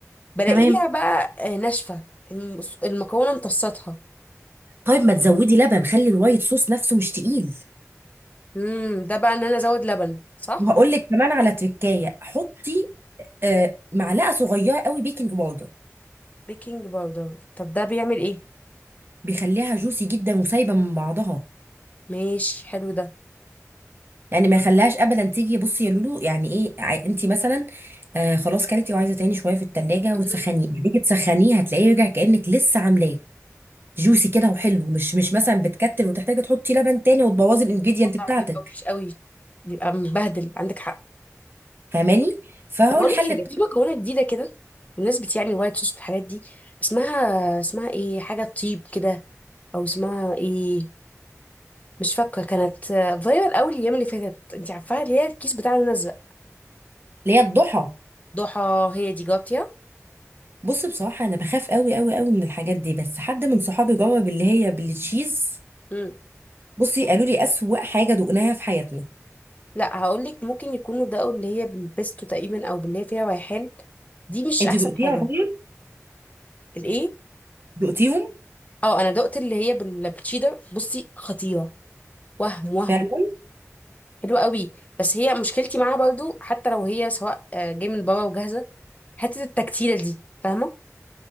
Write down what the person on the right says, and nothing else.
تمام
طيب ما تزودي لبن خلي الوايت صوص نفسه مش تقيل
وهقول لك كمان على تركايه حطي آه، معلقه صغيره قوي بيكنج باودر
بيخليها جوسي جدا وسايبه من بعضها
يعني ما يخليهاش ابدا تيجي بصي يا لولو يعني ايه ع- انت مثلا آه خلاص كلتي وعايزه تاني شويه في التلاجة
وتسخنيه هتيجي تسخنيه هتلاقيه رجع كانك لسه عاملاه جوسي كده وحلو مش مش مثلا بتكتل وتحتاجي تحطي لبن تاني وتبوظي الانجريدينت
بتاعتك
فاهماني فهو
الحل
بت-
اللي هي الضحى
بص بصراحة أنا بخاف أوي أوي أوي من الحاجات دي بس حد من صحابي جرب اللي هي بالتشيز
بصي قالوا لي أسوأ حاجة دقناها في حياتنا
أنت
دقتيها
طيب؟
دقتيهم؟
فعلا؟